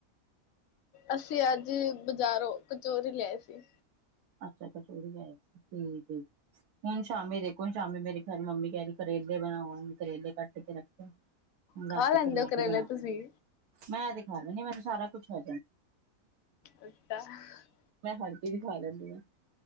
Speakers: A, on the left (about 70°); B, on the right (about 80°).
A: ਅਸੀਂ, ਅੱਜ ਬਜ਼ਾਰੋਂ ਕਚੋਰੀ ਲਿਆਏ ਸੀ।
B: ਅੱਛਾ। ਕਚੋਰੀ ਲਿਆਏ ਸੀ, ਠੀਕ ਏ ਜੀ। ਹੁਣ ਸ਼ਾਮੀ ਦੇਖੋ, ਸ਼ਾਮੀ ਮੇਰੀ ਮੰਮੀ ਕਹਿਰੀ ਕਰੇਲੇ ਬਣਾਵਾ ਗੀ ਕਰੇਲੇ ਕੱਟ ਕੇ ਰੱਖੋ। ਹੁਣ
A: ਖਾ
B: ਰਾਤੀ
A: ਲੈਂਦੇ
B: ਕਰੇਲੇ
A: ਹੋ
B: ਬਣਾ
A: ਤੁਸੀਂ
B: ਮੈਂ ਤੇ ਖਾ ਲੇਣੀ ਆ ਮੈ ਤੇ ਸਾਰਾ ਕੁਛ ਹ
A: ਅੱਛਾ <unintelligible>
B: ਮੈਂ ਹਰ ਚੀਜ ਖਾ ਲੈਂਦੀ ਹਾਂ।